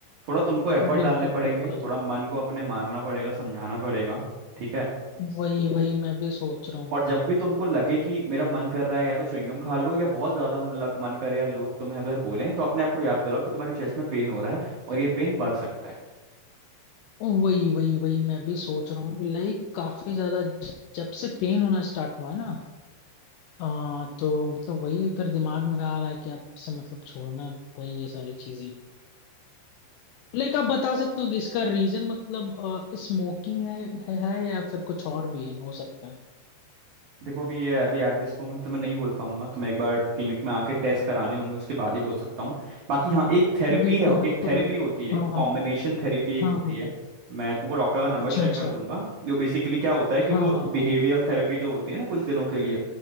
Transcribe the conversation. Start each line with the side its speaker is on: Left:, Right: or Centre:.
Right: थोड़ा तुमको एफर्ट
Left: बिल्कुल
Right: डालने पड़ेंगे
Left: बिल्कुल
Right: थोड़ा मन को अपने मारना पड़ेगा समझाना पड़ेगा ठीक है
Left: वही वही मैं भी सोच रहा हूँ
Right: और जब भी तुमको लगे कि मेरा मन कर रहा है या तो च्युइंगम खा लो या बहुत ज्यादा मन लग- मन करे या लोग तुम्हें अगर बोलें तो अपने आप को याद दिलाओ कि तुम्हारी चेस्ट में पेन हो रहा है और ये पेन बढ़ सकता है
Left: वही वही वही मैं भी सोच रहा हूँ लाइक काफी ज्यादा ज- जब से पेन होना स्टार्ट हुआ है ना आ, तो मतलब वही फिर दिमाग में आ रहा है कि अब से मतलब छोड़ना है भाई ये सारी चीजें लाइक आप बता सकते हो कि इसका रीजन मतलब स्मोकिंग है, है है या फिर कुछ और भी है हो सकता है
Right: देखो अभी ये अभी एट दिस मोमेंट तो मैं नहीं बोल पाऊंगा तो मैं एक बार क्लिनिक में आके टेस्ट कराने होंगे उसके बाद ही बोल सकता हूँ बाकी हाँ एक थेरेपी
Left: बिल्कुल
Right: है
Left: बिल्कुल
Right: एक थेरेपी होती है
Left: हाँ हाँ
Right: कॉम्बिनेशन थेरेपी एक
Left: हाँ
Right: होती
Left: हाँ
Right: है मैं तुमको डॉक्टर का नंबर
Left: अच्छा
Right: शेयर
Left: अच्छा
Right: कर दूंगा जो बेसिकली क्या होता है कि
Left: हाँ
Right: वो
Left: हाँ
Right: बिहेवियरल
Left: हाँ
Right: थेरेपी जो होती है ना कुछ दिनों के लिए